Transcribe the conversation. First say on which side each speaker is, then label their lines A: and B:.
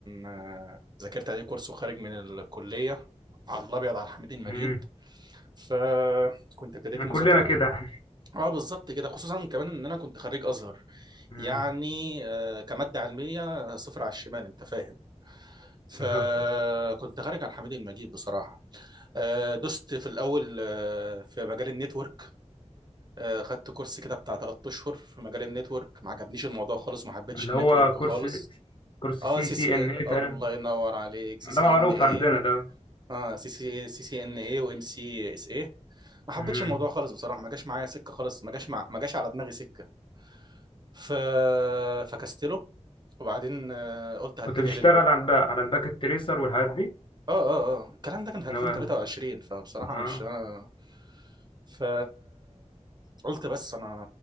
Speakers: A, on the right (about 35°); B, on the left (about 45°).
A: آه، ذاكرت أي كورس وخارج من الكلية على الأبيض على الحميد المجيد
B: امم
A: فكنت ابتديت مذاكرة
B: كلنا كده
A: اه بالظبط كده خصوصا كمان ان انا كنت خريج ازهر
B: امم
A: يعني آه، كماده علميه صفر على الشمال انت فاهم فكنت
B: <laughs>
A: خارج عن حميد المجيد بصراحه آه، دست في الاول آه، في مجال النتورك آه، خدت كورس كده بتاع 3 اشهر في مجال النتورك ما عجبنيش الموضوع خالص ما حبيتش
B: اللي
A: النتورك
B: هو كورس
A: خالص
B: كورس
A: اه
B: سي
A: سي
B: سي
A: سي إيه،
B: ان اي تقريبا
A: الله ينور عليك سي
B: ده
A: سي
B: معروف
A: ان ايه
B: عندنا ده
A: اه سي سي إيه، سي سي ان ايه وام سي اس ايه ما حبيتش
B: امم
A: الموضوع خالص بصراحه ما جاش معايا سكه خالص ما جاش مع... ما جاش على دماغي سكه ف... فكستله وبعدين آه، قلت هتجه
B: كنت بتشتغل
A: للبر
B: على الباك على الباكت تريسر والحاجات دي
A: اه اه اه الكلام ده كان في
B: اللي
A: 2023
B: هو ال-
A: فبصراحة
B: اه
A: مش انا ف قلت بس انا